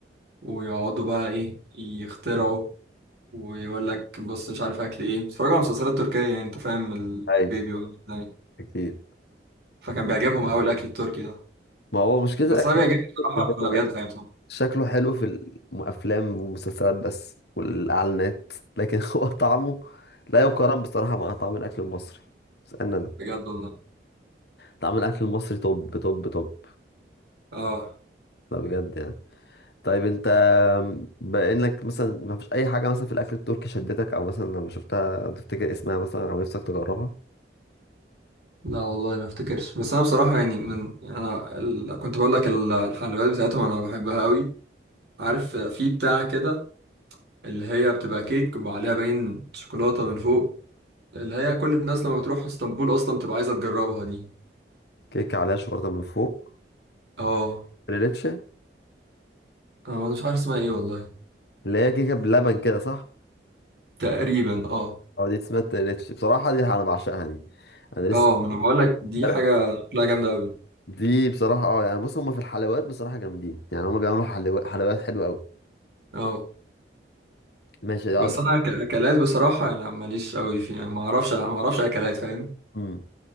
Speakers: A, on the right; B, on the left.
A: ويقعدوا بقى ايه يخترعوا ويقول لك بص مش عارف اكل ايه بيتفرجوا على مسلسلات تركية يعني انت فاهم البيت
B: اي
A: بيقول لك يعني
B: اكيد
A: فكان بيعجبهم قوي الاكل التركي ده
B: ما هو مشكله
A: بس
B: الاكل
A: انا بيعجبني بصراحة
B: إن
A: الحلويات
B: هو
A: بتاعتهم
B: شكله حلو في الافلام والمسلسلات بس والاعلانات لكن <laughs> هو طعمه لا يقارن بصراحه مع طعم الاكل المصري بس انا ده
A: بجد والله
B: طعم الاكل المصري توب توب توب
A: اه
B: ده بجد يعني طيب انت بانك مثلا ما فيش اي حاجه مثلا في الاكل التركي شدتك او مثلا لما شفتها تفتكر اسمها مثلا او نفسك تجربها
A: لا والله ما افتكرش بس انا بصراحة يعني من يعني انا ال- كنت بقول لك ال- الحلويات بتاعتهم انا بحبها قوي عارف في بتاع كده اللي هي بتبقى كيك وعليها باين شوكولاتة من فوق اللي هي كل الناس لما بتروح اسطنبول أصلا بتبقى عايزة تجربها دي
B: كيكه عليها شوكولاته من فوق
A: اه
B: ريليتشه
A: أنا مش عارف اسمها ايه والله
B: اللي هي كيكه بلبن كده صح
A: تقريبا اه
B: او دي اسمها ريليتشه بصراحه دي انا بعشقها دي انا لسه
A: اه ما أنا بقولك دي
B: امبارح-
A: حاجة شكلها جامدة أوي
B: دي بصراحه اه يعني بص هما في الحلويات بصراحه جامدين يعني هما بيعملوا حلو... حلويات حلوه قوي
A: اه
B: ماشي ده
A: بس أنا كأكلات بصراحة يعني ماليش أوي فيها يعني ما أعرفش ما أعرفش أكلات فاهم
B: امم